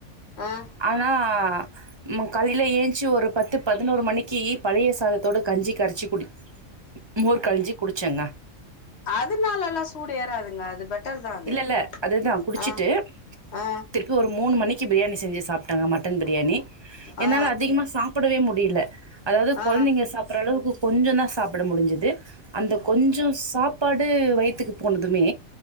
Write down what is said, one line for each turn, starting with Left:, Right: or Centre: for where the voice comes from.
Left: ஆ
Right: ஆனா <inaudible> மா காலைல ஏன்ச்சி ஒரு பத்து பதினோரு மணிக் கி பழைய சாத த்தோட கஞ்சி கரச்சி குடிச் மோர் கழஞ்சி குடிச்சங்க
Left: அதனாலல்லா சூடு ஏறாதுங்க அது பெட்டர் தா அது
Right: இல்ல இல்ல அதுதா குடிச்சிட்டு
Left: ஆ ஆ
Right: திருப்பி ஒரு மூணு மணிக்கு பிரியாணி செஞ்சு சாப்ட்டங்க மட்டன் பிரியாணி என்னால
Left: ஆ ஆ
Right: அதிகமா சாப்டவே முடில அதாவது
Left: ஆ
Right: கொழந்தைங்க
Left: ஆ ஆ
Right: சாப்பற அளவுக்கு கொஞ்சதா சாப்ட முடிஞ்சிது அந்த கொஞ்சோ சாப்பாடு வந்து வயித்துக்கு போனதுமே